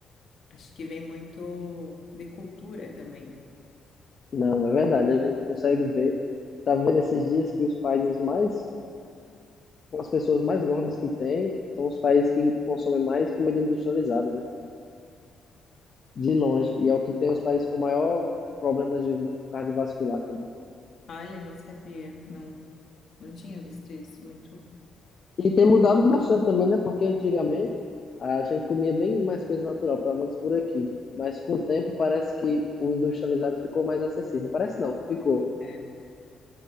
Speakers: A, on the left; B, on the left.
A: Acho que vem muito de cultura também.
B: Não, é verdade, a gente consegue ver. Tava vendo esses dias que os países mais as pessoas mais gordas que tem são os países que consomem mais comida industrializada, né? De longe. E é o que tem os países com maior problemas de cardiovascular também.
A: Olha, não sabia, não, não tinha visto isso muito.
B: E tem mudado bastante também, né? Porque antigamente a gente comia bem mais coisa natural, pelo menos por aqui. Mas com o tempo parece que o industrializado ficou mais acessível. Parece não, ficou.
A: É.